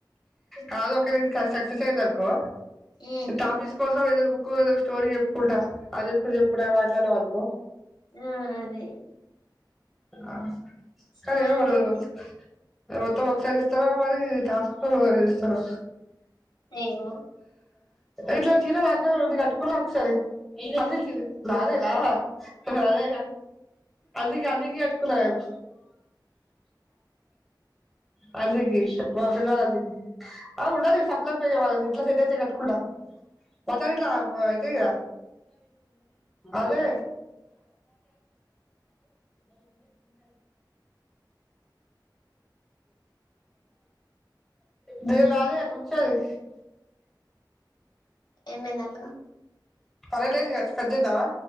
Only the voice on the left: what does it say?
ఉమ్
ఆ అదే
స్టోరీ బుక్
ఏమో
ఏమైందక్క